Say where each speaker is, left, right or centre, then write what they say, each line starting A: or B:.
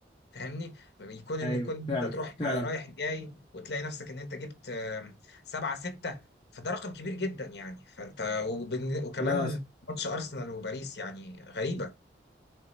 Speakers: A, on the left; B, on the left.
A: فاهمني يكون ان
B: ايوه
A: يكون انت
B: فعلا
A: تروح
B: فعلا
A: رايح جاي وتلاقي نفسك ان انت جبت آه، سبعة ستة فده رقم كبير جدا يعني فانت وبن... وكمان
B: لا
A: ماتش ارسنال وباريس يعني غريبة